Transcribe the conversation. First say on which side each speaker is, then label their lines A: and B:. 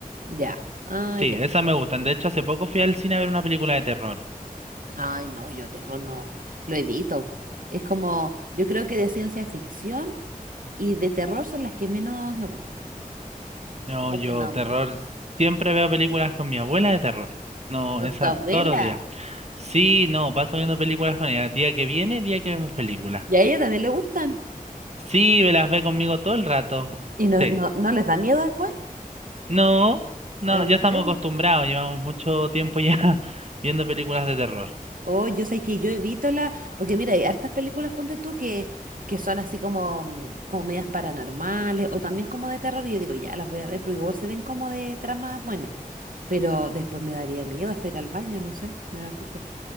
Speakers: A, on the right; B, on the right.
A: ya, ah,
B: Sí,
A: ya.
B: esas
A: ya,
B: me gustan.
A: ya.
B: De hecho, hace poco fui al cine a ver una película de terror.
A: Ay, no, yo terror no, lo evito. Es como, yo creo que de ciencia ficción. y de terror son las que menos me gustan.
B: No,
A: Como
B: yo
A: que no,
B: terror, siempre veo películas con mi abuela de terror. No,
A: a
B: esa
A: tu abuela,
B: todos los días. Sí, no, paso viendo películas con ella. Día que viene, día que vemos películas.
A: y a ella también le gustan.
B: Sí, me las ve conmigo todo el rato.
A: ¿Y no,
B: Sí.
A: no, no les da miedo después?
B: No, no,
A: ¿En
B: ya estamos
A: serio?
B: acostumbrados, llevamos mucho tiempo ya <laughs> viendo películas de terror.
A: Oh, yo sé que yo evito la, porque mira, hay hartas películas, ponte tú, que, que son así como, mm, como medias paranormales o también como de terror y yo digo, ya las voy a ver, porque igual se ven como de tramas buenas, pero después me daría miedo hasta ir al baño, no sé, me da cuco.